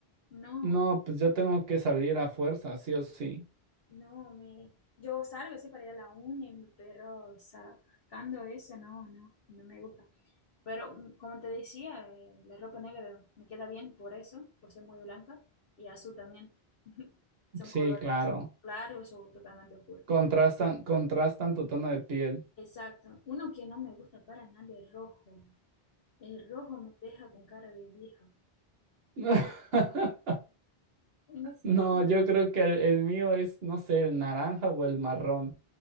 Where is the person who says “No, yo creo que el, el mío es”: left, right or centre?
Right